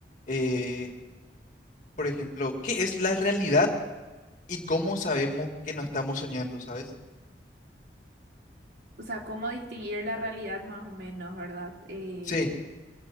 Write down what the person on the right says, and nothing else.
O sea, cómo distinguir la realidad más o menos, ¿verdad? Eh,